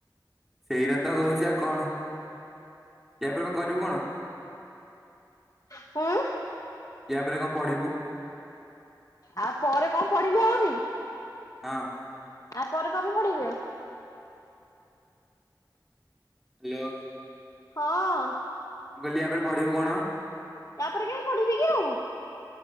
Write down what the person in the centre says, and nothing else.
ଏଇରା ତ କହୁଛି ଆଉ କଣ? ଏହା ପରେ କଣ କରିବୁ କଣ?
ଇଆ ପରେ କଣ ପଢିବୁ?
ହଁ।
ହ୍ୟାଲୋ।
ମୁଁ କହିଲି ଆ ପରେ ପଢିବୁ କଣ?